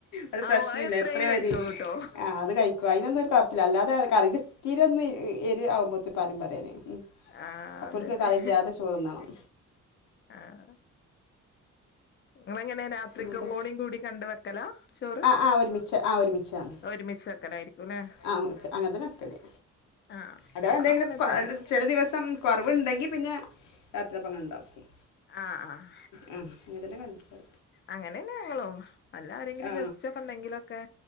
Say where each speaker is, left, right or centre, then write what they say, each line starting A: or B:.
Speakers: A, on the left; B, on the left.
A: ഒരു പ്രശ്നുല്ല
B: ഔ അത് എത്രയും
A: എത്രീം
B: കഴിച്ചോളൂട്ടോ
A: ഓര് എത്രയും കഴിച്ചോളും ആഹ് അത് കഴി ക്കും അയ്നൊന്നൊരു കൊയപ്പല്ല അല്ലാതെ കറില് ഇത്തിരി ഒന്ന് എരി ആവുമ്പോത്തിന് പറയും പറയല് ഉം.
B: ആഹ്
A: അപ്പോൽക്ക്
B: അതന്നെ
A: കറില്ലാതെ ചോറ്ന്നണം.
B: ആഹ് നിങ്ങളെങ്ങനെ രാത്രിക്കും
A: പിന്നെന്താ
B: കൂടി കൂടി കണ്ട് വെക്കലാ ചോറ്
A: ആഹ് ആഹ് ഒരുമിച്ച് ആഹ് ഒരുമി ച്ചാണ്
B: ഒരുമിച്ച് വെക്കലായിരിക്കുംല്ലേ
A: ആഹ് അങ്ങൻത് അങ്ങനതന്നെട്ക്കല്.
B: ആഹ്
A: അതവാ
B: ഞങ്ങളും
A: എന്തെങ്കിലും
B: അങ്ങനെ
A: കൊ
B: തന്നെ
A: എല്ല ചെല ദിവസം കൊറവ്ണ്ടെങ്കി പിന്നെ രാത്രിപ്പങ്ങനെണ്ടാക്കും.
B: ആഹ് ആഹ്.
A: ഉം അങ്ങൻതന്നെ കണ്ട
B: അങ്ങനന്നെ ഞങ്ങളും അല്ലാരെങ്കിലും
A: ആ
B: ഗസ്റ്റൊക്കെണ്ടെങ്കിലൊക്കെ